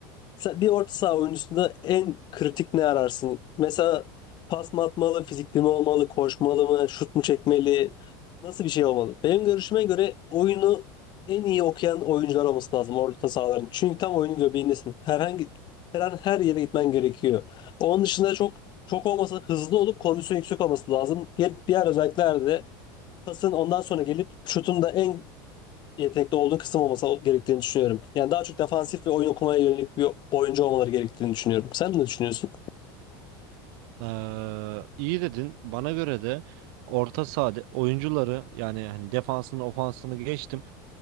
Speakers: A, on the left; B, on the right.
A: Sen- Bir orta saha oyuncusunda en kritik ne ararsın? Mesela pas mı atmalı, fizikli mi olmalı, koşmalı mı, şut mu çekmeli? Nasıl bir şey olmalı? Benim görüşüme göre oyunu en iyi okuyan oyuncular olması lazım orta sahaların. Çünkü tam oyunun göbeğindesin. Herhangi her an her yere gitmen gerekiyor. Onun dışında çok çok olmasa hızlı olup kondisyon yüksek olması lazım. Diğer diğer özellikler de pasın ondan sonra gelip şutun da en yetenekli olduğu kısım olması gerektiğini düşünüyorum. Yani daha çok defansif ve oyun okumaya yönelik bir oyuncu olmaları gerektiğini düşünüyorum. Sen ne düşünüyorsun?
B: Ee, iyi dedin. Bana göre de orta sahada oyuncuları yani hani defansını ofansını geçtim.